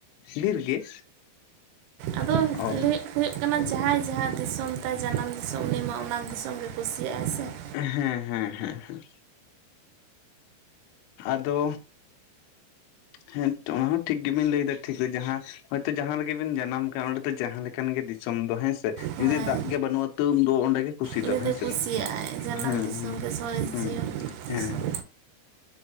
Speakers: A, on the left; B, on the right.
A: ᱵᱤᱨ ᱜᱮ?
B: ᱟᱫᱚ
A: ᱚ
B: ᱞᱟᱹᱭ ᱦᱩᱭᱩᱜ ᱠᱟᱱᱟ ᱡᱟᱦᱟᱸᱭ ᱡᱟᱦᱟᱸ ᱫᱤᱥᱚᱢ ᱛᱟᱭ ᱡᱟᱱᱟᱢ ᱫᱤᱥᱚᱢ ᱩᱱᱤ ᱢᱟ ᱚᱱᱟ ᱫᱤᱥᱚᱢ ᱜᱮᱭ ᱠᱩᱥᱤᱭᱟᱜ-ᱟᱭ ᱥᱮ ᱾
A: ᱦᱮᱸ ᱦᱮᱸ ᱦᱮᱸ ᱦᱮᱸ ᱾ ᱟᱫᱚ ᱦᱮᱸᱴ ᱚᱱᱟ ᱦᱚᱸ ᱴᱷᱤᱠ ᱜᱮᱵᱤᱱ ᱞᱟᱹᱭᱫᱟ ᱴᱷᱤᱠ ᱫᱚ ᱡᱟᱦᱟᱸ ᱦᱚᱭᱛᱚ ᱡᱟᱦᱟᱸ ᱨᱮᱜᱮ ᱵᱤᱱ ᱡᱟᱱᱟᱢ ᱠᱟᱱᱟ ᱚᱸᱰᱮ ᱫᱚ ᱡᱟᱦᱟᱸ ᱞᱮᱠᱟᱱ ᱜᱮ ᱫᱤᱥᱚᱢ ᱫᱚ ᱦᱮᱸ ᱥᱮ
B: ᱦᱮᱸ
A: ᱡᱩᱫᱤ ᱫᱟᱜ ᱜᱮ ᱵᱟᱹᱱᱩᱜ-ᱟ <unintelligible> ᱩᱱ ᱫᱚ ᱚᱸᱰᱮ ᱜᱮ ᱠᱩᱥᱤ
B: ᱩᱱᱤ
A: ᱫᱚ ᱦᱮᱸ
B: ᱫᱚᱭ
A: ᱥᱮ
B: ᱠᱩᱥᱤᱭᱟᱜᱼᱟᱭ
A: ᱵᱟᱝ,
B: ᱡᱟᱱᱟᱢ
A: ᱦᱢ
B: ᱫᱤᱥᱚᱢ ᱜᱮ ᱥᱚᱦᱚᱡ
A: ᱦᱢ
B: ᱡᱤᱭᱚᱱ
A: ᱦᱢ
B: ᱫᱤᱥᱚᱢ
A: ᱦᱮᱸ